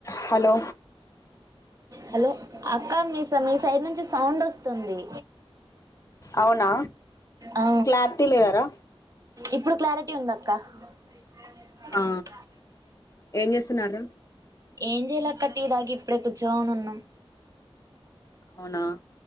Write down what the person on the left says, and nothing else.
హలో
అవునా
క్లారిటీ లేదారా
ఆ ఏం చేస్తున్నార్ర
అవున